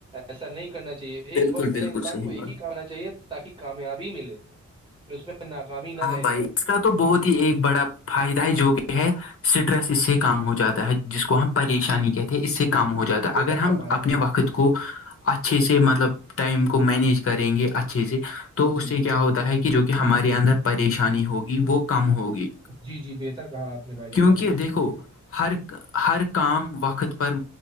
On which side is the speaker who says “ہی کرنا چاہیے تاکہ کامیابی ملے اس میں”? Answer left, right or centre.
Right